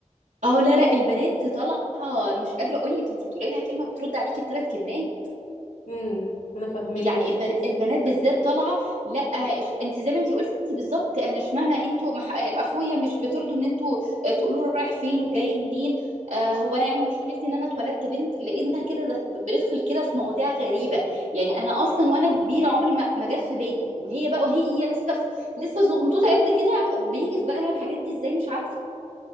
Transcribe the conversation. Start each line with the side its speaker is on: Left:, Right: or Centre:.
Right: اه لا لا البنات طالعه مش قادره اقول لك انت بتقولي لها كلمه بترد عليكي بثلاث كلمات
Left: امم ما انا فاهماكي
Right: يعني البن... البنات بالذات طالعه لا إش- انت زي ما انت قلتي بالظبط انا اشمعنى انتوا مح... اخويا مش بترضوا ان انتوا تقولوا له رايح فين وجاي منين آه هو انا يعني مشكلتي ان انا اتولدت بنت لقينا كده ده- بندخل كده في مواضيع غريبه يعني انا اصلا وانا كبيره عمري ما ما جت في بالي وهي بقى وهي لسه في... لسه صغنطوطه قد كده بيجي في بالها الحاجات دي ازاي مش عارفه